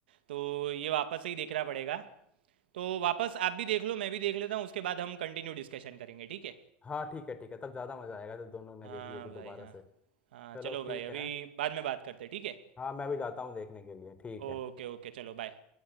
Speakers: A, on the right; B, on the left.
A: तो ये वापस से ही देखना पड़ेगा तो वापस आप भी देख लो मैं भी देख लेता हूँ उसके बाद हम कंटिन्यू डिस्कशन करेंगे ठीक है
B: हाँ ठीक है ठीक है तब ज़्यादा मज़ा आएगा जब दोनों ने
A: हाँ
B: देख ली होगी दोबारा
A: भाई हाँ
B: से
A: हाँ
B: चलो
A: चलो भाई
B: ठीक
A: अभी
B: है
A: बाद में बात करते हैं ठीक है
B: हाँ मैं भी जाता हूँ देखने के लिए ठीक
A: ओके
B: है
A: ओके चलो बाय